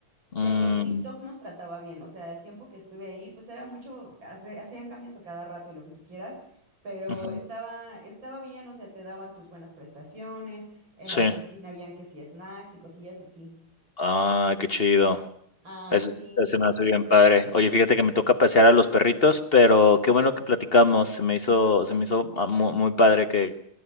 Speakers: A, on the left; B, on the right.
A: Mm,
B: pero TikTok nos trataba bien, o sea, el tiempo que estuve ahí, pues era mucho, hace- hacían cambios a cada rato y lo que tú quieras, pero
A: ujú.
B: estaba, estaba bien, o sea, te daban tus buenas prestaciones, en la
A: Sí.
B: oficina habían que sí snacks y cosillas así.
A: Ah, qué chido.
B: Ay,
A: Eso
B: sí.
A: sí está se me hace bien padre. Oye, fíjate que me toca pasear a los perritos, pero qué bueno que platicamos. Se me hizo se me hizo, ah, mu muy padre que